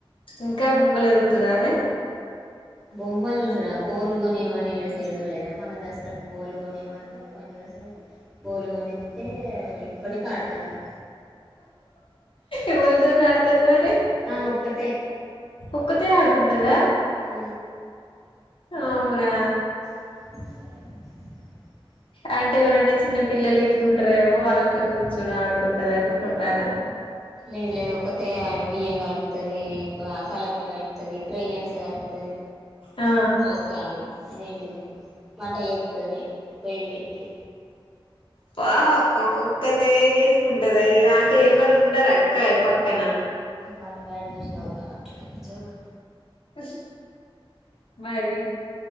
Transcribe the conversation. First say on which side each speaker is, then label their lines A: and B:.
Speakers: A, on the left; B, in the centre.
A: ఇంకా బొమ్మలే చూత్తదా ఆమె
B: బొమ్మలు చూసుడ బోలు కొనియమని ఏడు సేడు లేదా మన్న దసరాకు బోలు కొనిమంటే పోయిన బోలు కొనిత్తే ఇప్పటికీ ఆడతాంది
A: ఎవలితోని ఆడతది మరి
B: ఆమె ఒక్కతే
A: ఒక్కతే ఆడుకుంటదా
B: ఉ
A: అవునా
B: <unintelligible>
A: అంటే ఎవరంటే చిన్న పిల్లలు ఇట్లుంటరేమో వాళ్ళతో కూర్చుని ఆడుకుంటది అనుకుంటాన్న
B: లేదు లేదు ఒక్కతే బియ్యం కలుపుతది కలర్లు కలుపుతది క్రెయన్స్ కలుపుతది
A: ఆ
B: ఒక అదేంటి వంట చెత్తది పోయలు పెట్టి
A: పాపో ఒక్కదే చేసుకుంటది అంటే ఎవరు ఉండరా అక్క పక్కన
B: వాళ్ళ డాడీ చూసినవుద్దా అంటుడు జోక్
A: క మరి